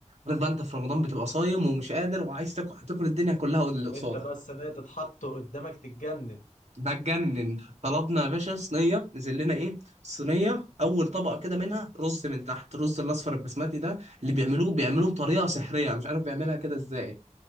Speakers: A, on the right; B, on the left.
A: عارف بقى انت في رمضان بتبقى صايم ومش قادر وعايز تاكل هتاكل الدنيا كلها واللي قصادك
B: وانت بقى السنه دي تتحطه قدامك تتجنن
A: بتجنن طلبنا يا باشا صينيه نزل لنا ايه صينيه اول طبقه كده منها رز من تحت الرز الاصفر البسمتي ده اللي بيعملوه بيعملوه بطريقه سحريه أنا مش عارف بيعملها كده ازاي